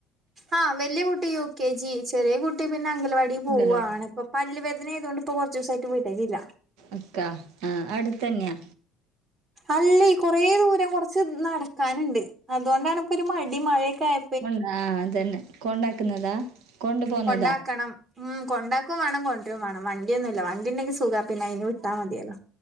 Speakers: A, on the right (about 25°); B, on the right (about 85°).
A: ആഹ് വലിയ കുട്ടി യു കെ ജി ചെറിയ കുട്ടി പിന്നെ അംഗലവാടിൽ പോവുവാണ്
B: അംഗനവാടി
A: ഇപ്പൊ പല്ല് വേദന ആയതുകൊണ്ട് ഇപ്പൊ കൊറച്ചവസായിട്ട് വിടലില്ല
B: അക്ക ആഹ് അടുത്തന്നെയാ
A: അല്ലെയ്‌ കൊറ ദൂരം കൊറച്ച് നടക്കാനുണ്ട് അതോണ്ടാണ് ഇപ്പൊ ഒരു മടി മഴയൊക്കെയ
B: ഉം ആഹ് അതന്നെ കൊണ്ടാക്കുന്നതാ കൊണ്ടു പോന്നതാ
A: കൊണ്ടാക്കണം ഉം കൊണ്ടാക്കും വേണം കൊണ്ടുവരു വേണം വണ്ടിയൊന്നുംല്ല വണ്ടി ഉണ്ടെങ്കി സുഖ പിന്നെ അയിന് വിട്ടാ മതിയല്ലോ